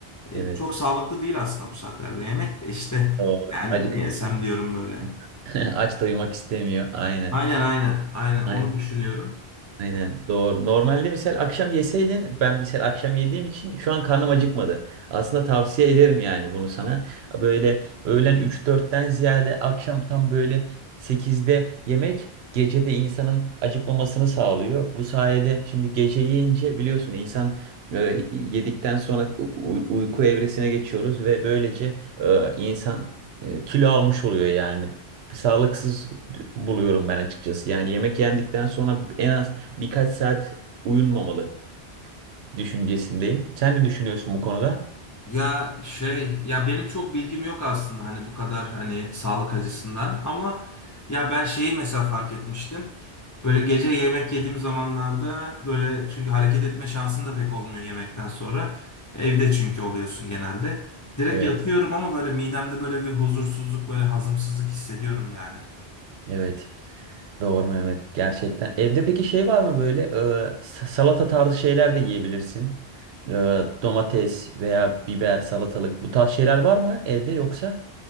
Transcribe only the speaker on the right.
Evet.
Doğru.
Acıkınca.
<laughs> Aç doymak istemiyor. Aynen.
Aynen.
Aynen doğru. Normalde misal akşam yeseydin ben misal akşam yediğim için şu an karnım acıkmadı. Aslında tavsiye ederim yani bunu sana. Böyle öğlen üç dörtten ziyade akşam tam böyle sekizde yemek gecede insanın acıkmamasını sağlıyor. Bu sayede şimdi gece yiyince biliyorsun insan e, yedikten sonra u- uyku evresine geçiyoruz ve böylece e, insan e, kilo almış oluyor yani. Sağlıksız buluyorum ben açıkçası. Yani yemek yendikten sonra en az birkaç saat uyunmamalı düşüncesindeyim. Sen ne düşünüyorsun bu konuda?
Evet,
evet. Doğru Mehmet. Gerçekten. Evde peki şey var mı böyle e, sa- salata tarzı şeyler de yiyebilirsin. E, domates veya biber, salatalık bu tarz şeyler var mı evde yoksa?